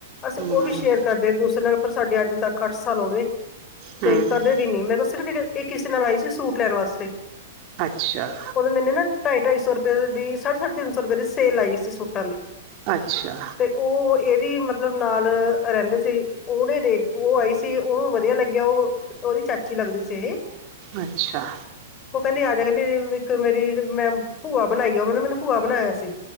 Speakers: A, on the left; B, on the right.
A: ਅਸੀਂ
B: ਹਮ
A: ਉਹ ਵੀ ਸ਼ੇਅਰ ਕਰਦੇ ਏਕ ਦੂਸਰੇ ਨਾਲ ਪਰ ਸਾਡੇ ਅੱਜ ਤੱਕ ਅੱਠ ਸਾਲ ਹੋ ਗਏ
B: ਹਮ
A: ਤੇ ਕਦੇ ਵੀ ਨੀ ਮੈਂ ਕੋ ਸਿਰਫ ਇਹ ਕਿਸੇ ਨਾਲ ਆਈ ਸੀ ਸੂਟ ਲੈਣ ਵਾਸਤੇ
B: ਅੱਛਾ।
A: ਓਦੋਂ ਮੈਨੂੰ ਨਾ ਢਾਈ-ਢਾਈ ਸੌ ਰੁਪਏ ਦੀ ਸਾਢੇ-ਸਾਢੇ ਤਿੰਨ ਸੌ ਰੁਪਏ ਦੀ ਸੇਲ ਆਈ ਸੀ ਸੂਟਾਂ ਦੀ
B: ਅੱਛਾ!
A: ਤੇ ਉਹ ਇਹਦੀ ਮਤਲਬ ਨਾਲ ਰਹਿੰਦੇ ਸੀ। ਉਹਨੇ ਦੇਖ, ਉਹ ਆਈ ਸੀ, ਉਹ ਨੂੰ ਵਧੀਆ ਲੱਗਿਆ ਉਹ ਉਹਦੀ ਚਾਚੀ ਲੱਗਦੀ ਸੀ ਇਹ।
B: ਅੱਛਾ!
A: ਉਹ ਕਹਿੰਦੀ ਆ ਜਾ ਕਹਿੰਦੀ ਇੱਕ ਮੇਰੀ ਮੈਂ ਭੂਆ ਬਣਾਈ ਆ ਉਹਨੇ ਮੈਨੂੰ ਭੂਆ ਬਣਾਇਆ ਸੀ।